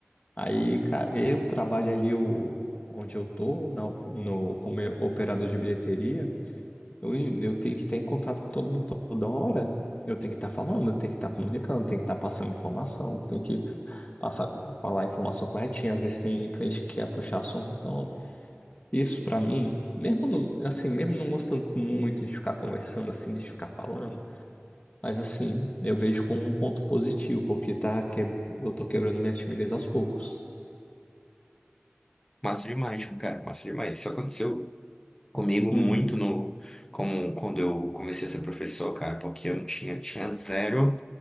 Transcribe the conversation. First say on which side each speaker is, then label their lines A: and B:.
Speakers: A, on the left (about 35°); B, on the left (about 15°).
A: Aí, cara, eu trabalho ali o, onde eu tô, na op- no, como eu- operador de bilheteria, eu, eu tenho que estar em contato com todo mundo toda hora. Eu tenho que estar falando, eu tenho que estar comunicando, eu tenho que estar passando informação, eu tenho que passar, falar a informação corretinha. Às vezes tem cliente que quer puxar assunto, então isso para mim, mesmo não- assim, mesmo não gostando muito de ficar conversando assim, de ficar falando. Mas assim, eu vejo como um ponto positivo, porque tá que... eu tô quebrando minha timidez aos poucos.
B: Massa demais, cara, massa demais. Isso aconteceu comigo
A: Hum.
B: muito no, como quando eu comecei a ser professor, cara, porque eu não tinha, tinha zero.